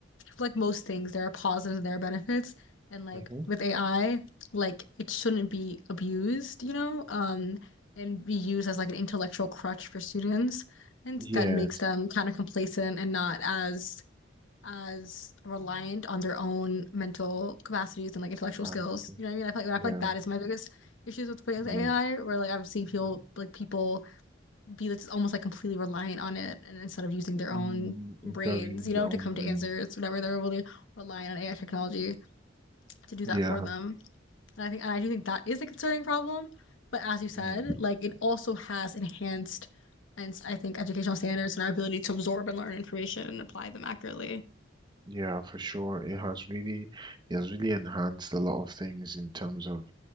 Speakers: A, on the left (about 80°); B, on the right (about 25°).
A: like most things, there are positives and there are benefits. And like
B: hmm
A: with AI, like it shouldn't be abused, you know, um, and be used as like an intellectual crutch for students. And
B: Yeah,
A: that makes them kind of complacent and not as as reliant on their own mental capacities and like intellectual
B: capacity.
A: skills. You know what I mean? I feel like,
B: Yeah,
A: I feel like that is my biggest issues with with
B: yeah.
A: AI, where like I've seen people
B: yeah.
A: like people be that's almost like completely reliant on it and instead of using their
B: Mm,
A: own brains,
B: it's of your
A: you know,
B: own
A: to come
B: brain.
A: to answers, whatever. They're really relying on AI technology to do that
B: Yeah.
A: for them. And I think, and I do think that is a concerning problem. But as you said,
B: Mm.
A: like it also has enhanced, and I think, educational standards and our ability to absorb and learn information and apply them accurately.
B: Yeah, for sure. It has really, it has really enhanced a lot of things in terms of